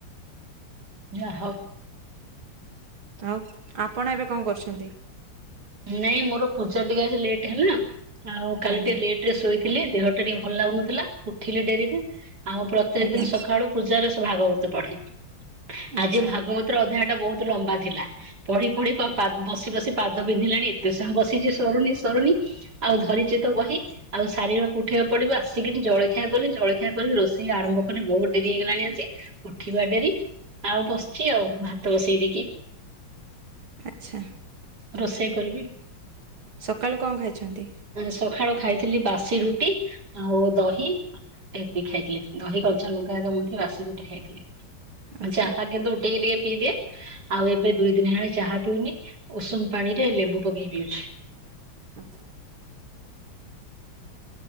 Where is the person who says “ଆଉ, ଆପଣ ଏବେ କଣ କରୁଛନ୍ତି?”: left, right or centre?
Right